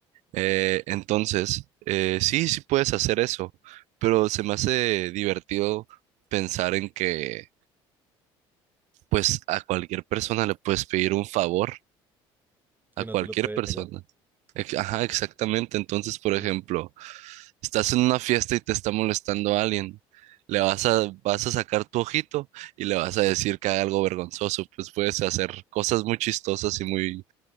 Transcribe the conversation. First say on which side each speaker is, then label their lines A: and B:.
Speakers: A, on the right (about 70°); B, on the right (about 15°).
A: Eh, entonces, eh, sí, sí puedes hacer eso, pero se me hace divertido pensar en que pues a cualquier persona le puedes pedir un favor,
B: Y
A: a
B: no
A: cualquier
B: te lo puede
A: persona.
B: negar.
A: Ex- Ajá, exactamente. Entonces, por ejemplo,
B: Sí.
A: estás en una fiesta y te está molestando a alguien. Le vas a, vas a sacar tu ojito y le vas a decir que haga algo vergonzoso. Pues puedes hacer cosas muy chistosas y muy